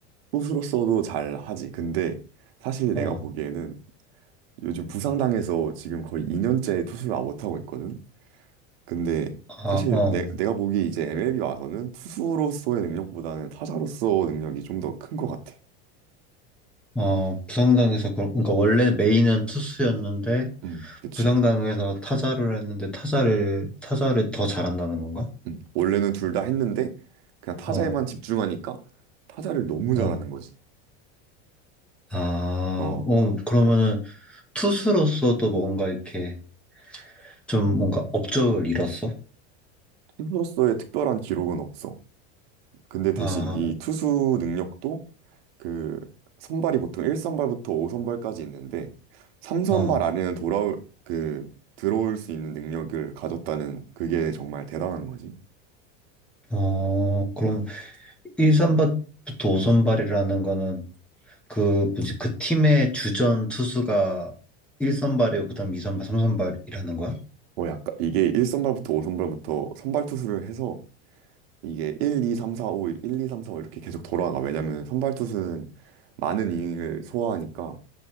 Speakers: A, on the right; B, in the centre.
A: 투수로서도 잘 하지. 근데 사실 내가
B: 어,
A: 보기에는 요즘 부상당해서 지금 거의 2년째 투수를 아, 못 하고 있거든. 근데
B: 아,
A: 사실
B: 어,
A: 내, 내가 보기 이제 MLB 와서는 투수로서의 능력보다는 타자로서 능력이 좀 더 큰 것 같아.
B: 어, 부상당해서, 그러, 그러니까 원래 메인은 투수였는데,
A: 응, 그치.
B: 부상당해서 타자를 했는데, 타자를, 타자를 더 잘한다는 건가?
A: 응, 원래는 둘 다 했는데 그냥 타자에만
B: 어,
A: 집중하니까 타자를 너무 잘하는
B: 어.
A: 거지.
B: 아,
A: 어,
B: 어, 그러면은 투수로서도 뭔가 이렇게 좀 뭔가 업적을 이뤘어?
A: 투수로서의 특별한 기록은 없어. 근데 대신
B: 아,
A: 이 투수 능력도 그 선발이 보통 1선발부터 5선발까지 있는데 3선발
B: 어,
A: 안에는 돌아올 그 들어올 수 있는 능력을 가졌다는 그게 정말 대단한 거지.
B: 어, 그럼 1선발부터 5선발이라는 거는 그 뭐지 그 팀의 주전 투수가 1선발이고 그다음 2선발, 3선발이라는 거야?
A: 뭐 약간 이게 1선발부터 5선발부터 선발 투수를 해서 이게 1, 2, 3, 4, 5, 1, 2, 3, 4, 5 이렇게 계속 돌아가. 왜냐면 선발 투수는 많은 이닝을 소화하니까